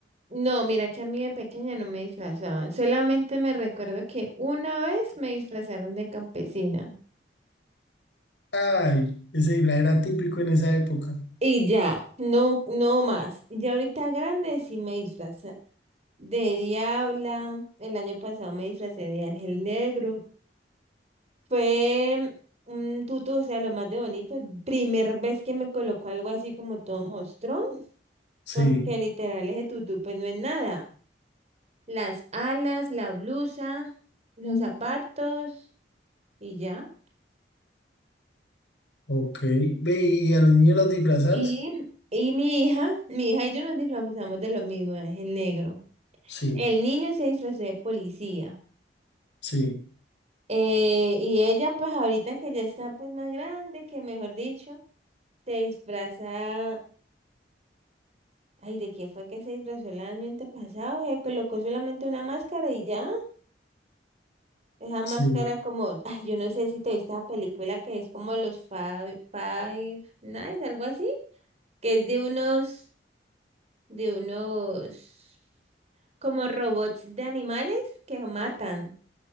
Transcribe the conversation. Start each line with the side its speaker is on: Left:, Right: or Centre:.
Right: No, mira que a mí de pequeña no me disfrazaban. Solamente me recuerdo que una vez me disfrazaron de campesina.
Left: Ay, ese disfraz era típico en esa época.
Right: Y ya, no, no más. Y Ya ahorita grande sí me disfraza de diabla. El año pasado me disfracé de ángel negro. Fue un tutu, o sea, lo más de bonito. Primer vez que me colocó algo así como todo mostrón, porque
Left: Sí,
Right: literal ese tutú pues no es nada. Las alas, la blusa, los zapatos. Y ya.
Left: ok. Ve, ¿y a los niños los disfrazas?
Right: Y, y mi hija, mi hija y yo nos disfrazamos de lo mismo, es el negro.
Left: Sí,
Right: El niño se disfrazó de policía.
Left: sí,
Right: Eh, y ella, pues ahorita que ya está pues más grande, que mejor dicho, se disfraza. Ay, ¿de qué fue que se disfrazó el año antepasado? Se colocó solamente una máscara y ya. Esa máscara
Left: sí.
Right: como, ay, yo no sé si te viste la película que es como los Five, Five Nights, algo así, que es de unos, de unos. como robots de animales que matan,